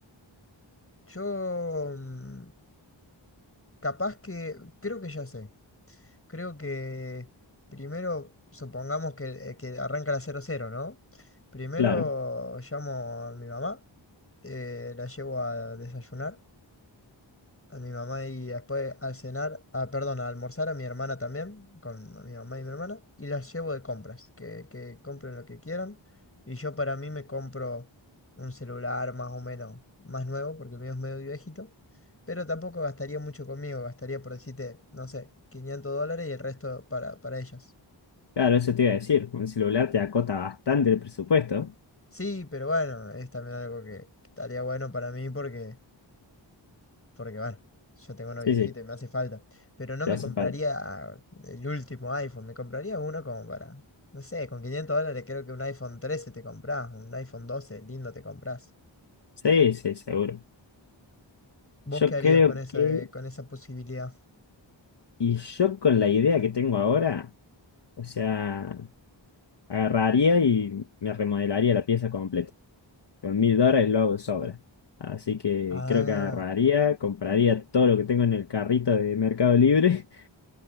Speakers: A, on the left; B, on the left.
A: Yo, mm, capaz que, creo que ya sé. Creo que primero, supongamos que, eh, que arranca la cero cero, ¿no? Primero
B: Claro,
A: llamo a mi mamá, eh, la llevo a desayunar a mi mamá y después al cenar, ah, perdón, a almorzar a mi hermana también, con mi mamá y mi hermana, y las llevo de compras, que, que compren lo que quieran. Y yo para mí me compro un celular más o menos más nuevo, porque el mío es medio viejito, pero tampoco gastaría mucho conmigo, gastaría por decirte, no sé, 500 dólares y el resto para, para ellas.
B: claro, eso te iba a decir. Un celular te acota bastante el presupuesto.
A: Sí, pero bueno, es también algo que que estaría bueno para mí porque... porque bueno, yo tengo uno
B: Sí,
A: viejito
B: sí,
A: y me hace falta. Pero no
B: te
A: me
B: hace
A: compraría
B: falta.
A: el último iPhone, me compraría uno como para, no sé, con 500 dólares creo que un iPhone 13 te compras, un iPhone 12 lindo te compras.
B: Sí, sí, seguro.
A: ¿Vos
B: Yo
A: qué harías
B: creo
A: con esa,
B: que,
A: con esa posibilidad?
B: y yo con la idea que tengo ahora. O sea, agarraría y me remodelaría la pieza completa. Con mil dólares lo hago de sobra. Así que
A: Ah,
B: creo que agarraría, compraría todo lo que tengo en el carrito de Mercado Libre